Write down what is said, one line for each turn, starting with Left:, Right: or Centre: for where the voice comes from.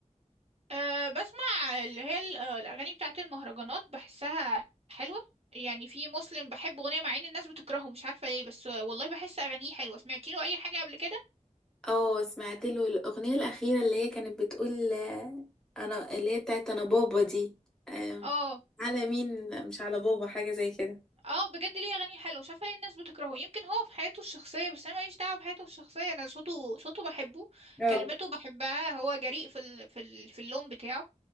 Right: أه بسمع اللي هي ال- آه، الأغاني بتاعت المهرجانات بحسها حلوة يعني في مسلم بحب أغنية مع إن الناس بتكرهه مش عارفة ليه بس والله بحس أغانيه حلوة سمعتي له أي حاجة قبل كده؟
Centre: اه سمعت له الاغنيه الاخيره اللي هي كانت بتقول آه، انا اللي هي بتاعت انا بابا دي آم،
Right: اه
Centre: على مين مش على بابا حاجه زي كده
Right: اه بجد ليه اغاني حلوه مش عارفه ليه الناس بتكرهه يمكن هو في حياته الشخصيه بس انا ماليش دعوه بحياته الشخصيه انا صوته صوته بحبه
Centre: اه
Right: كلماته بحبها هو جريء في ال... في ال... في اللون بتاعه